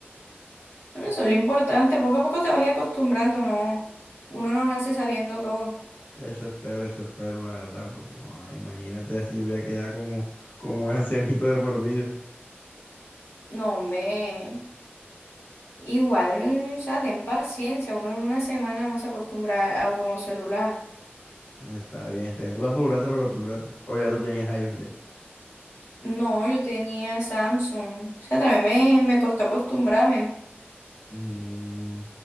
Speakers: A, on the left (about 70°); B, on the left (about 45°).
A: Bueno, eso es lo importante, poco a poco te vas a ir acostumbrando, no, uno no nace sabiendo todo.
B: Eso espero, eso espero, la verdad, porque joda, imagínate así voy a quedar como, como un ancianito de por vida.
A: No, hombre, igual, o sea, ten paciencia, uno en una semana no se acostumbra a un nuevo celular.
B: Está bien, está bien. Tú apuraste para acostumbrarte. O ya tú tenías a ellos ya.
A: No, yo tenía Samsung, o sea, también me, me costó acostumbrarme,
B: Mm,